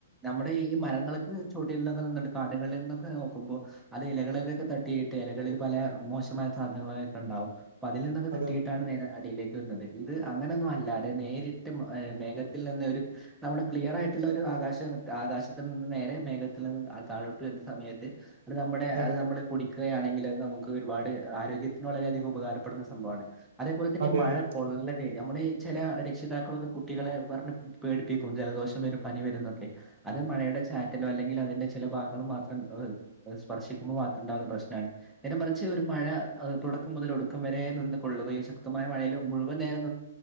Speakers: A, in the centre; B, on the right.
A: നമ്മടെ ഈ മരങ്ങള്ക്ക് ചുവട്ടികന്നൊക്കെ നന്നിട്ടണ്ട് കാടുകളിൽ നിന്നൊക്കെ <unintelligible> നോക്കുമ്പോൾ അത് ഇലകളിലൊക്കെ തട്ടിയിട്ട്. ഇലകളിൽ പല മോശമായ സാധനങ്ങളൊക്കെ ഉണ്ടാവും അപ്പൊ അതിൽ നിന്നൊക്കെ
B: അതെ
A: തട്ടിയിട്ട് ആണ് മേഘം അടിയിലേക്ക് വരുന്നുണ്ട് ഇത് അങ്ങനെയൊന്നും അല്ലാതെ നേരിട്ട് മേഘത്തിൽ നിന്നൊരു നമ്മുടെ ക്ലിയർ ആയിട്ടുള്ള ഒരു ആകാശം ആകാശത്തിൽ നിന്ന് നേരെ മേഘത്തിൽ നിന്ന് താഴോട്ട് വരുന്ന സമയത്ത് അത് നമ്മുടെ
B: അതെ
A: അത് നമ്മള് കുടി ക്കുകയാണെങ്കിൽ അത് നമുക്ക് ഒരുപാട് ആരോഗ്യത്തിന് വളരെയധികം ഉപകാരപ്പെടുന്ന സംഭവമാണ്. അതേപോലെ തന്നെ
B: അതെ
A: മഴ
B: അതെ
A: കൊള്ളൽ നമ്മള ഈ ചില രക്ഷിതാക്കളൊക്കെ കുട്ടികളെ പറഞ്ഞഞ് പേടിപ്പിക്കും ജലദോഷം വ ഒരു പനി വരുന്നൊക്കെ അത് മഴയുടെ ചാറ്റിലോ അല്ലെങ്കിൽ അതിന്റെ ചില ഭാഗങ്ങളും മാത്രം സ്പർശിക്കുമ്പോൾ മാത്രം ഉണ്ടാവുന്ന പ്രശ്നമാണ്. നേരെ മറിച്ച് ഒരു മഴ തുടക്കം മുതൽ ഒടുക്കം വരെ നിന്ന് കൊള്ളുകയും ശക്തമായ മഴയിൽ മുഴുവൻ നേരം